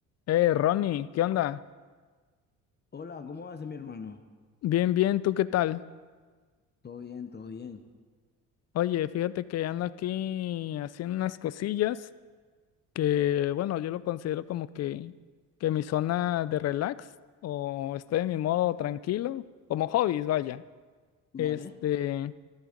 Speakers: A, on the left; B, on the left.
A: Eh, Ronnie, ¿qué onda?
B: Hola, ¿cómo vas, mi hermano?
A: Bien, bien, ¿tú qué tal?
B: Todo bien, todo bien.
A: Oye, fíjate que ando aquí haciendo unas cosillas que, bueno, yo lo considero como que, que mi zona de relax o estoy en mi modo tranquilo, como hobbies, vaya.
B: Vale.
A: Este,